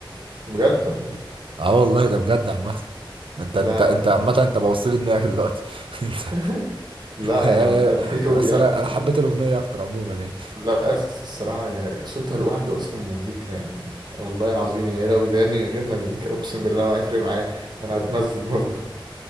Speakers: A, on the right; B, on the right.
A: بجد والله
B: اه والله ده بجد عامة انت انت
A: لا
B: انت
A: لا
B: عامة انت بوصل لي دماغي دلوقتي <laughs> انت
A: <laughs> لا
B: يعني
A: يا
B: انا
A: عايدة الأيوبي
B: بس
A: يا
B: انا
A: عم في
B: انا حبيت
A: إيه؟
B: الاغنية اكتر عموما يعني
A: لا بس الصراحة يا صوتها لوحده أصلا مزيكا يعني والله العظيم يعني لو بتغني من غير مزيكا أقسم بالله ما هيفرق معايا أنا هتمزج برضه